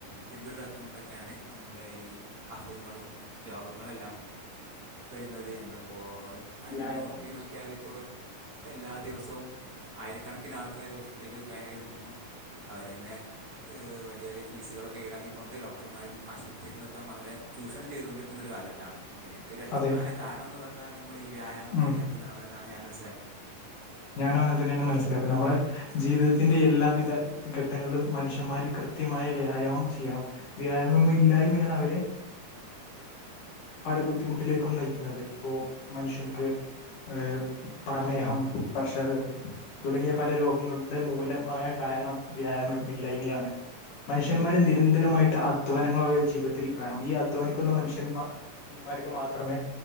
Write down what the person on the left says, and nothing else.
വ്യായാമം
അതെ
ഉം
ഞാനും അങ്ങനെ തന്നെയാണ് മനസ്സിലാക്കും നമ്മെ ജീവിതത്തിന്റെ എല്ലാവിധ ഘട്ടങ്ങളിലും മനുഷ്യന്മാര് കൃത്യമായ വ്യായാമം ചെയ്യണം വ്യായാമം ഇല്ലായ്മയാണ് അവരെ പല ബുദ്ധിമുട്ടിലേക്കും നയിക്കുന്നത് ഇപ്പോ മനുഷ്യൻക്ക് ഏ പ്രമേഹം പ്രഷർ തുടങ്ങിയ പല രോഗങ്ങളുടെ മൂലമായ കാരണം വ്യായാമം ഇല്ലായിമയാണ് മനുഷ്യന്മാര് നിരന്തരമായിട്ട് അധ്വാനങ്ങൾ അവര് ജീവിതത്തിൽ വേണം ഈ അധ്വാനിക്കുന്ന മനുഷ്യന്മാ മാർക്ക് മാത്രമേ